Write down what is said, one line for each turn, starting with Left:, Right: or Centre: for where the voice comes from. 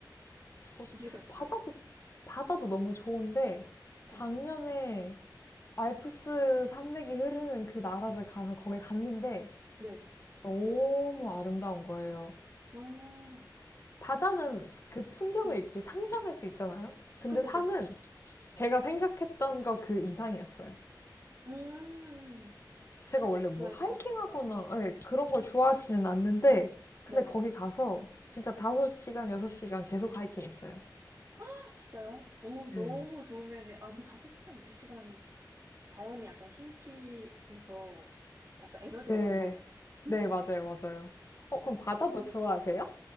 Left: 뭐,
Right: 이유가 있을까요?
Left: 바다도, 바다도 너무 좋은데, 작년에
Right: 네.
Left: 알프스 산맥이 흐르는 그 나라를 가서 거길 갔는데,
Right: 네.
Left: 너무 아름다운 거예요.
Right: 어,
Left: 바다는
Right: 약간,
Left: 그 풍경을
Right: 네.
Left: 이렇게 상상할 수 있잖아요. 근데
Right: 그죠,
Left: 산은
Right: 그죠, 그죠.
Left: 제가 생각했던 거 그 이상이었어요.
Right: 음,
Left: 제가 원래 뭐
Right: 저 약간,
Left: 하이킹하거나 예, 그런 걸 좋아하지는 않는데 근데
Right: 네.
Left: 거기 가서 진짜 다섯 시간 여섯 시간 계속 하이킹했어요.
Right: <laughs> 아, 진짜요? 어,
Left: 네.
Right: 너무 좋으면, 돼. 아, 근데 5시간, 6시간 자연에 약간 심취돼서 약간 에너지가
Left: 네,
Right: 났나 봐요. <laughs>
Left: 네, 맞아요, 맞아요. 어, 그럼 바다도
Right: 아,
Left: 좋아하세요?